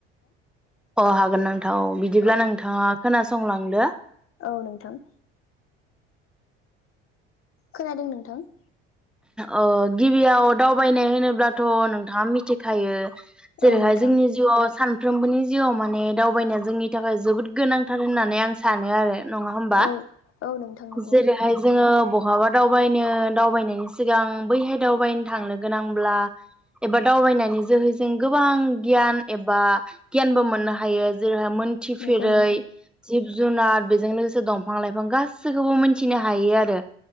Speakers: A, in the centre; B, on the left.
A: अह हागोन नोंथां बिदिब्ला
B: औ
A: नोंथाङा खोना संलांदो।
B: औ नोंथां। खोनादों नोंथां।
A: अह गिबियाव दावबायनाय होनोब्लाथ' नोंथाङा मिथिखायो। जेरैहाय
B: औ नोंथां
A: जोंनि जिउआव सान फ्रोमबोनि जिउआव माने दावबायनाया जोंनि थाखाय जोबोद गोनांथार होननानै आं सानो आरो। नङा होमबा
B: औ औ नोंथां नंगौ
A: जेरैहाय जोङो बहाबा दावबायनो दावबायनायनि सिगां बैहाय दावबायनो थांनो गोनांब्ला एबा दावबायनायनि जोहै जों गोबां गियान एबा गियानबो मोननो हायो जेरै मिनथिफेरै
B: नंगौ नोंथां
A: जुनार बेजों लोगोसे दंफां लाइफां गासैखौबो मिथिनो हायो आरो।